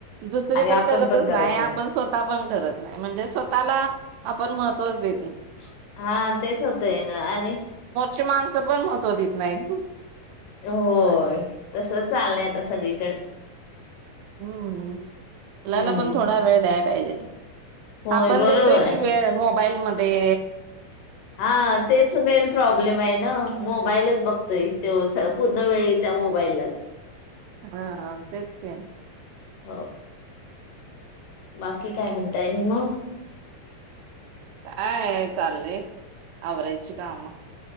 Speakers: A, on the right (about 80°); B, on the left (about 70°).
A: दुसरी
B: आणि आपण
A: तर करतच
B: पण करत
A: नाही आपण स्वतः पण करत नाही, म्हणजे स्वतःला आपण महत्त्वच देतो.
B: <inaudible> हा तेच होतंय ना आणि
A: ते माणसं पण महत्व देत नाहीत
B: होय,
A: असं आहे
B: तस चाललंय आता सगळीकडे.
A: मुलाला
B: हम्म
A: पण थोडा वेळ द्या पाहिजे.
B: होय
A: आपण
B: बरोबर
A: देतोय
B: आहे
A: की वेळ मो मोबाईलमध्ये
B: हा तेच मेन प्रॉब्लेम आहे ना मोबाईलच बघतोय तो पूर्ण वेळी त्या मोबाईललाच
A: हा तेच की
B: हो बाकी काय म्हणताय आणी मग.
A: काय चाललंय आवरायची काम